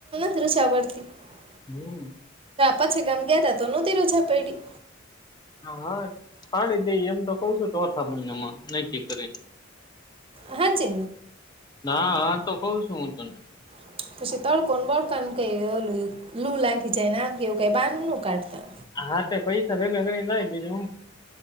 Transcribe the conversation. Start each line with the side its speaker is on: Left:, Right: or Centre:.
Right: <unintelligible>
Left: હમ
Right: પછી ગામ ગયા તા તો નતી રજા પેડી
Left: હા પાડી દઈ એમ તો કઉ છું ચોથા મહિનામાં નકી કરી.
Right: હા ચિ
Left: ના તો કઉ છું હું તને.
Right: <unintelligible> તળ કોણ બોળ <unintelligible> લુ લાગી જાયનેમ કેવું કઈ બાનું ન કાઢતા
Left: હા તે પૈસા ભેગા કરી રાયખ બીજું હું?